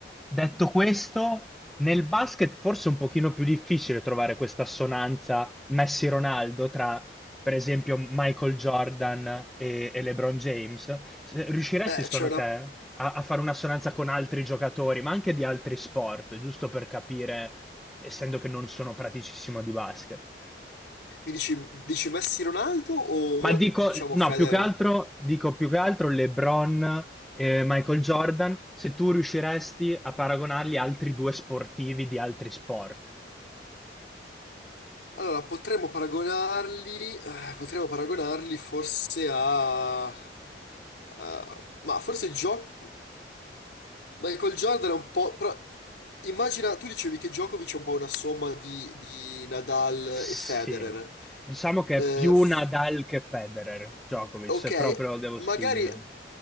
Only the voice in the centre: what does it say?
Detto questo, nel basket forse è un pochino più difficile trovare questa assonanza Messi-Ronaldo tra per esempio Michael Jordan e, e LeBron James, se- riusciresti
secondo
te a, a fare un'assonanza con altri giocatori, ma anche di altri sport, giusto per capire, essendo che non sono praticissimo di basket?
Ma dico,
no,
più che altro, dico più che altro LeBron e Michael Jordan, se tu riusciresti a paragonarli a altri due sportivi di altri sport.
Sì,
diciamo che
è più
Nadal che Federer, Djokovic,
se proprio devo
spingermi.